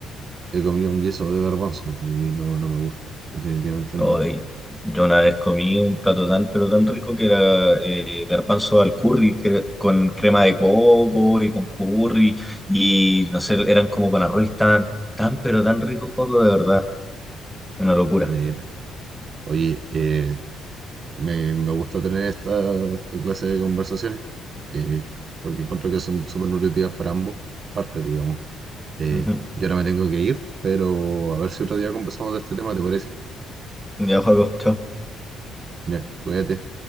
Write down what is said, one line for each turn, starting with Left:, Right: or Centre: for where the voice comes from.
Right: he comido un guiso de garbanzo po, y no, no me gusta. Definitivamente
Centre: Ay,
Right: no.
Centre: yo una vez comí un plato tan, pero tan rico que era eh, garbanzo al curry, que era con crema de coco y con curry, y no sé, eran como con arroz, y estaban tan, pero tan ricos, Joaco, de verdad, una locura.
Right: Mira. Oye, eh, Me, me gusta tener esta, esta clase de conversaciones eh, porque encuentro que son súper nutritivas para ambos partes, digamos.
Centre: <laughs>
Right: Eh,
Centre: Ujú.
Right: yo ahora me tengo que ir, pero a ver si otro día conversamos de este tema, ¿te parece?
Centre: Ya, Joaco, chao.
Right: Ya, cuídate.